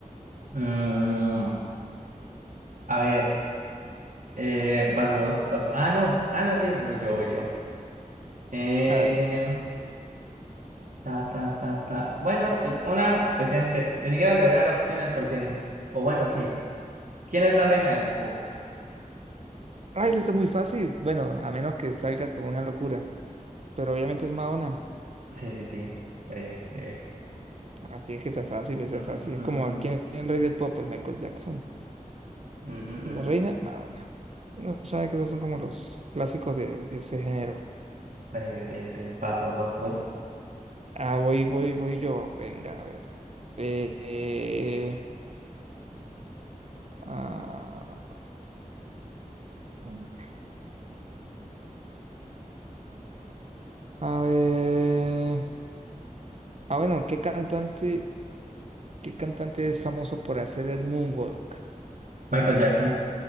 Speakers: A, on the right (about 75°); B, on the right (about 50°).
A: Mm, a ver, eh, vas vos, vas vos. Ah, no, ah, no, sí, voy yo, voy yo. Em,
B: hágale.
A: Ta, ta, ta, ta. Bueno, eh, una decente. Ni siquiera le voy a dar opciones porque... n- O bueno, sí. ¿Quién es la reina del pop?
B: Ay, eso está muy fácil. Bueno, a menos que salga con una locura. Pero obviamente es Madonna.
A: Sí, sí, sí. Breve, breve.
B: Así es que sea fácil, sea
A: Ujú,
B: fácil.
A: ujú,
B: Es como
A: ujú.
B: quién es el rey del pop, es Michael Jackson.
A: Ujú,
B: Y
A: ujú.
B: la reina, Madonna. Uno sabe que esos son como los clásicos de, de ese género.
A: Breve, breve, breve. Vas vos, vas vos.
B: Ah, voy, voy, voy yo. Venga, a ver. Eh, eh, ah, mm, a ver. Ah, bueno, ¿qué cantante? ¿Qué cantante es famoso por hacer el moonwalk?
A: Michael Jackson.